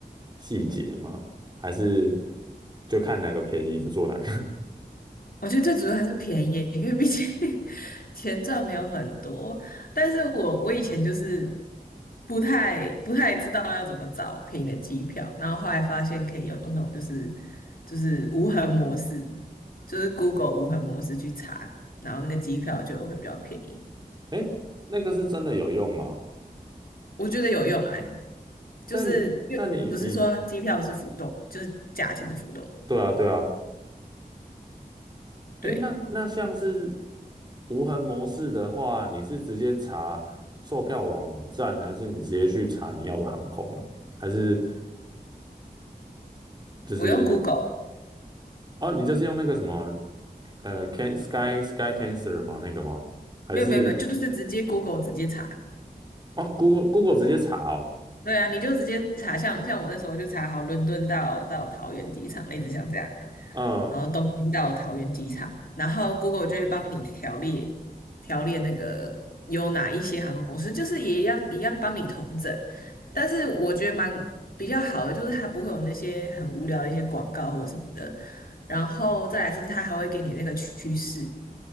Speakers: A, on the right; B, on the left.
A: 细节吗？还是就看哪个便宜就做哪个？
B: 我觉得最主要还是便宜，因为毕竟 <laughs> 钱赚没有很多。但是我我以前就是不太不太知道要怎么找便宜的机票，然后后来发现可以用那种就是就是无痕模式，就是 Google 无痕模式去查，然后那个机票就会比较便宜。
A: <laughs> 诶，那个是真的有用吗？
B: 我觉得有用哎、就是因为不是说机票是浮动，
A: 但但你你
B: 就是价钱的浮动。
A: 对啊对啊，
B: 对，
A: 诶，那那像是无痕模式的话，你是直接查售票网站，还是你直接去查你要的航空呢？还是就是
B: 我用 Google，欸
A: 哦，你就是用那个什么呃，Can Sky Sky Cancer 吗？那个吗？还是
B: 没有没有没有，就是直接 Google 直接查，
A: 哦，Google Google 直接查哦？
B: 对啊，你就直接查，像像我那时候就查好伦敦到到桃园机场，类似像这样，
A: 嗯，
B: 然后东京到桃园机场，然后 Google 就会帮你条列条列那个有哪一些航空公司，就是也一样一样帮你统整，但是我觉得蛮比较好的，就是它不会有那些很无聊的一些广告或者什么的，然后再来是它还会给你那个趋势，